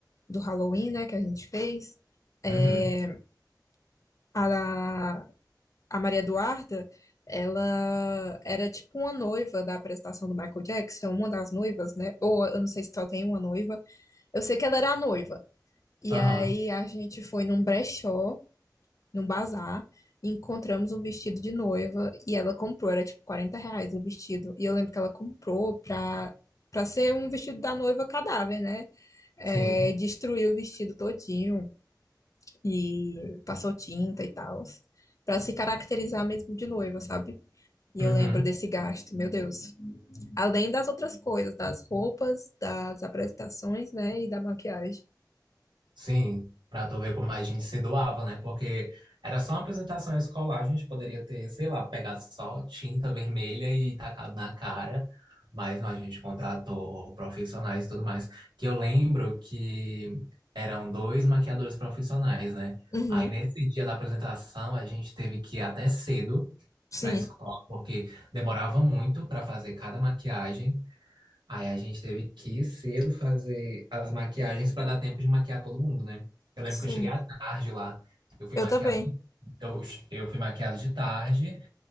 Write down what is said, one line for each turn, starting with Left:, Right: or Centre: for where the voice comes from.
Left: do Halloween, né, que a gente fez, é,
Right: Uhum.
Left: a, a Maria Eduarda, ela era tipo uma noiva da apresentação do Michael Jackson, uma das noivas, né? Ou eu não sei se só tem uma noiva. Eu sei que ela era a noiva. E
Right: Aham.
Left: aí a gente foi num brechó num bazar, e encontramos um vestido de noiva e ela comprou, era tipo 40 reais o vestido. E eu lembro que ela comprou pra, pra ser um vestido da noiva cadáver, né? É,
Right: Sim.
Left: destruiu o vestido todinho e passou tinta e tal, pra se caracterizar mesmo de noiva, sabe? E
Right: Uhum.
Left: eu lembro desse gasto, meu Deus. Além das outras coisas, das roupas, das apresentações, né, e da maquiagem.
Right: Sim, pra tu ver como a gente se doava, né? Porque era só uma apresentação escolar, a gente poderia ter, sei lá, pegado só tinta vermelha e tacado na cara, mas não, a gente contratou profissionais e tudo mais. Que eu lembro que eram dois maquiadores profissionais, né?
Left: Uhum,
Right: Aí nesse dia da apresentação a gente teve que ir até cedo
Left: sim,
Right: pra escola, porque demorava muito pra fazer cada maquiagem. Aí a gente teve que ir cedo fazer as maquiagens para dar tempo de maquiar todo mundo, né? Eu lembro
Left: sim.
Right: que eu cheguei à tarde lá. Eu fui
Left: Eu
Right: maquiado,
Left: também.
Right: eu, eu fui maquiado de tarde